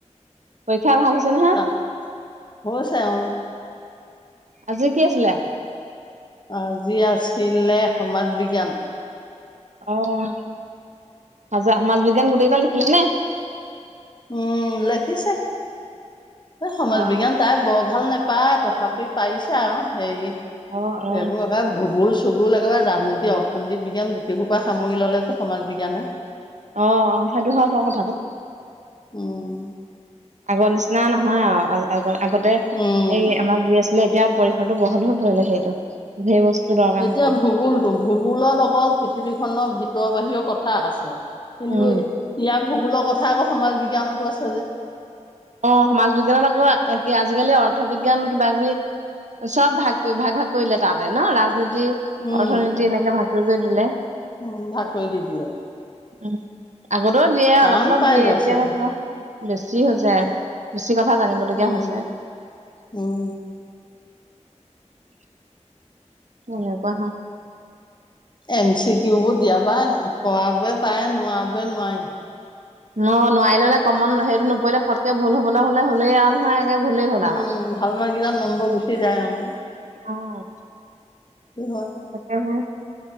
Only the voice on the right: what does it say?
পৰীক্ষা ভাল হৈছে নহা।
আজি কি আছিলে।
অ' আজি সমাজ বিজ্ঞান গোটেই কেইটা লিখিলে নে।
অ',
অ', অ'।
অ'- অ', সেইটো হয় বাৰু কথাটো।
আগৰ নিচিনা নহয় আৰু আগ আগতে
এই আমাৰ যি আছিলে এতিয়া পৰিসৰটো বহল হৈ পৰিলে সেইটো সেই বস্তু দৰকাৰ
হৈ পৰিলে।
উম,
অ', সমাজ বিজ্ঞানত আকৌ আজিকালি অৰ্থ বিজ্ঞান কিবা কিবি চব ভাগ কৰি ভাগ-ভাগ কৰিলে তাহতে ন ৰাজনীতি <unintelligible>
অৰ্থনীতি এনেকে ভাগ কৰি- কৰি দিলে।
উম, আগতেও দিয়ে
অলপ- অলপ
দিয়ে
এতিয়া
বেছি হৈ যায়। বেছি কথা জানিবলগীয়া
হৈছে
<unintelligible> তেনেকুৱা <unintelligible>
অ' নোৱাৰিলে কমন হেৰিটো নপৰিলে ফটকে ভুল হ'বলৈ হ'লে হ'লেই আৰু নহয়। একে ভুলেই হ'ল আৰু
অ
তাকেহে।